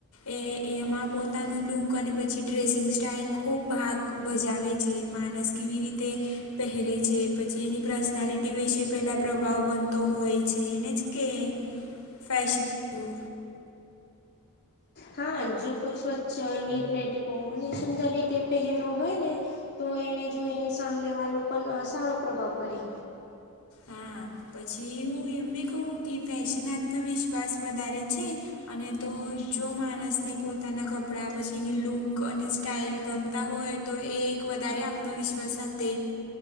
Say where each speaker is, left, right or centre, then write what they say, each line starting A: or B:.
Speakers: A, on the left; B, on the left.
A: એ એમાં પોતાનો લૂક અને પછી ડ્રેસિંગ સ્ટાઈલ ખૂબ ભાગ ભજાવે છે. જે માણસ કેવી રીતે પહેરે છે પછી એની પર્સનાલિટી વિશે પેલા પ્રો ભાવ બનતો હોય છે એને જ કે ફેશન
B: હા જો કોઈ સ્વચ્છ નીટનેટકો અને સુંદર રીતે પહેરો હોય ને. તો એને જોઈને સામનેવાલો પણ સારો પ્રભાવ પડે.
A: હા પછી હું એમ બી કહું કે ફેશન આત્મવિશ્વાસ વધારે છે. અને તો જો માણસને પોતાના કપડાં પછી એની લૂક અને સ્ટાઇલ ગમતા હોય તો એ એક વધારે આત્મવિશ્વાસ સાથે